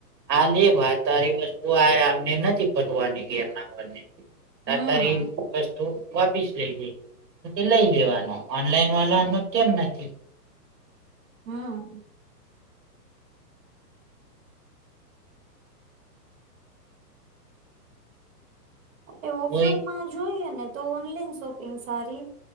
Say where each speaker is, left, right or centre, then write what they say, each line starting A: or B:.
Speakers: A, on the right (about 80°); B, on the right (about 55°).
A: આ લે ભ તારી વસ્તુ આમને નથી બદવાની ગમના ને તાકારારી
B: હમ
A: તો વાપીસ લઈ લ તે લઈ લેવાનો ઓનલાઈન વાળનો કેમ નથી
B: હ એ ઓફરમાં
A: હોય
B: જોઈએ ને તો ઓનલાઈન શોપિંગ સારી